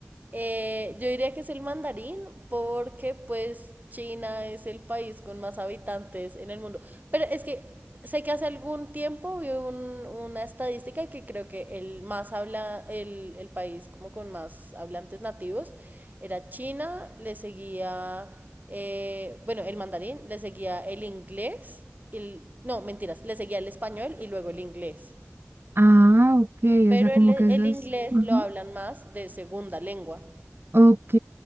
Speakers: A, on the right; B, on the right.
A: Eh, yo diría que es el mandarín porque pues China es el país con más habitantes en el mundo. Pero es que sé que hace algún tiempo vi un- una estadística que creo que el más habla, el, el país como con más hablantes nativos era China, le seguía, eh, bueno, el mandarín, le seguía el inglés, el, no, mentiras, le seguía el español y luego el inglés.
B: Ah, ok,
A: Pero
B: o sea,
A: el,
B: como
A: el
B: que eso es...
A: inglés
B: Ajá.
A: lo hablan más de segunda lengua.
B: Ok,